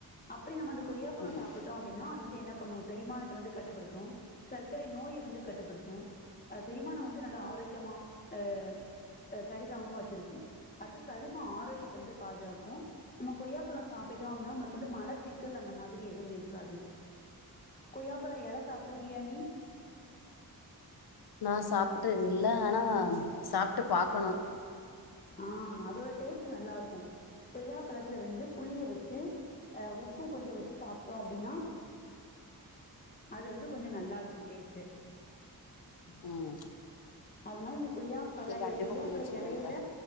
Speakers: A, on the left; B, on the left.
A: அப்டி நம்ம அந்த கொய்யாப்பழம்
B: ம்
A: சாப்புட்டோ அப்டின்னா அது வந்து என்ன பண்ணு செரிமானத்த வந்து கட்டுப்படுத்து சர்க்கரை நோய்ய வந்து கட்டுப்படுத்து அ செரிமானம் வந்து நல்லா ஆரோக்கியமா அ அ சரிசமமா வச்சிருக்கு அடுத்து சரும ஆரோக்கியத்த வந்து பாதுகாக்கு நம்ம கொய்யாப்பழம் சாப்பிட்டோ அப்டினா நம்மளுக்கு வந்து மலச்சிக்கல் அந்த மாதிரி எதுவு இருக்காது கொய்யாப்பழ இல சாப்டுருக்கியா நீ
B: நா சாப்புட்ட இல்ல ஆனா சாப்ட்டு பாக்கணு
A: ஆ அதோட டேஸ்ட்டு நல்லாருக்கு கொய்யா பழத்துல வந்து புளிய வச்சு அ உப்பு கொஞ்சோ வச்சு சாப்ட்டோ அப்டினா அது வந்து கொஞ்சோ நல்லார்க்கு டேஸ்ட்டு
B: ம்
A: அதனால நீ கொய்யாப்பழய
B: இது கண்டிப்பா
A: கொய்யாப்பழ
B: முயற்சி
A: எலையில
B: பண்றே